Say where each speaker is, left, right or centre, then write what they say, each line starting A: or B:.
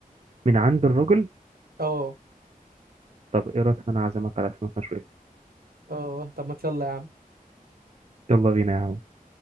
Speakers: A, on the right (about 45°); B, on the right (about 80°).
A: من عند الراجل
B: اه
A: طب ايه رايك ان انا اعزمك على سمك مشوي
B: اه طب ما يلا يا عم
A: يلا بينا يا عم